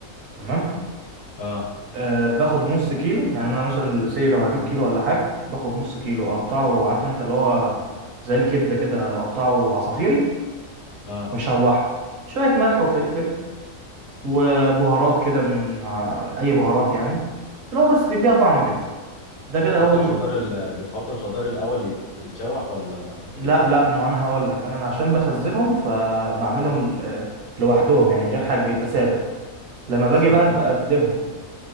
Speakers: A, on the right; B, on the left.
A: تمام
B: اه
A: أه باخد نص كيلو يعني انا مثلا سي لو هجيب كيلو ولا حاجة باخد نص كيلو اقطعه عارف انت اللي هو زي الكبدة كده اقطعه عصافيري
B: اه
A: واشوحه شوية ملح وفلفل وبهارات كده من على اي بهارات يعني اللي هو بس تديها طعم كده ده
B: بتحط
A: كده اول
B: الخضار ال... بتحط الخضار الاول يت- يتشوح ولا ولا
A: لا
B: ايه
A: لا ما انا هقول لك انا أنا عشان بخزنهم فبعملهم آه، لوحدهم يعني من غير حاجه بيبقى ساده لما
B: بس
A: باجي
B: يا
A: بقى
B: اسطى انت
A: بقدمهم